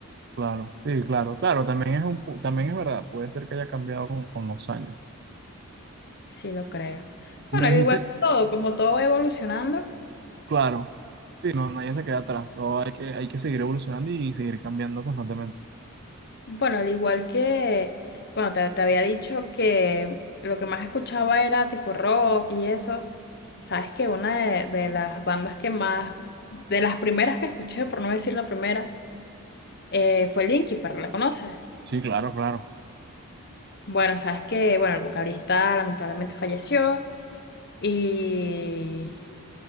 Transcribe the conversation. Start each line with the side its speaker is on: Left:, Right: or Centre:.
Right: Claro, sí, claro, claro, también es un, pu- también es verdad, puede ser que haya cambiado con, con los años.
Left: sí lo creo.
Right: Me
Left: Bueno, al
Right: dijiste
Left: igual que todo, como todo va evolucionando,
Right: Claro, sí, no, nadie se queda atrás, todo hay que, hay que seguir evolucionando y seguir cambiando constantemente.
Left: bueno, al igual que, bueno, te, te había dicho que lo que más escuchaba era tipo rock y eso. Sabes que una de, de las bandas que más, de las primeras que escuché, por no decir la primera, Eh, fue Linky ¿pero ¿la conoces?
Right: Sí, claro, claro,
Left: Bueno, sabes que, bueno, el vocalista lamentablemente falleció y